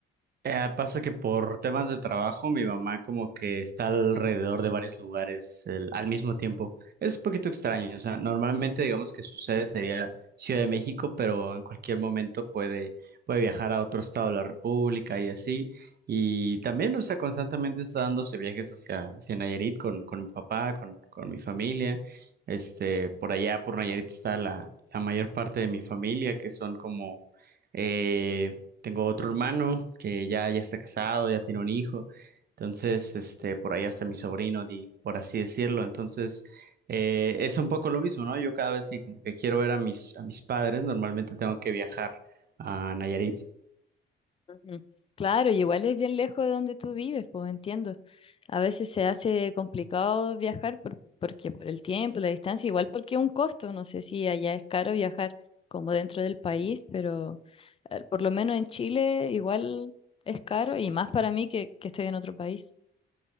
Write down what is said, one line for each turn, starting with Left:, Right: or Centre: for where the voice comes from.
Right: Eh, pasa que por temas de trabajo, mi mamá como que está alrededor de varios lugares el- al mismo tiempo. Es un poquito extraño, o sea, normalmente digamos que su sede sería Ciudad de México, pero en cualquier momento puede, puede viajar a otro estado de la República y así. Y también, o sea, constantemente está dándose viajes hacia, hacia Nayarit con, con mi papá, con, con mi familia. Este, por allá, por Nayarit está la, la mayor parte de mi familia, que son como... eh, tengo otro hermano que ya, ya está casado, ya tiene un hijo. Entonces, este, por ahí hasta mi sobrino, di- por así decirlo. Entonces, eh, es un poco lo mismo, ¿no? Yo cada vez que como que quiero ver a mis, a mis padres, normalmente tengo que viajar a Nayarit.
Left: Ujú. Claro, y igual es bien lejos de donde tú vives, pues entiendo. A veces se hace complicado viajar por, porque por el tiempo, la distancia, igual porque es un costo. No sé si allá es caro viajar como dentro del país, pero eh, por lo menos en Chile igual es caro y más para mí que, que estoy en otro país.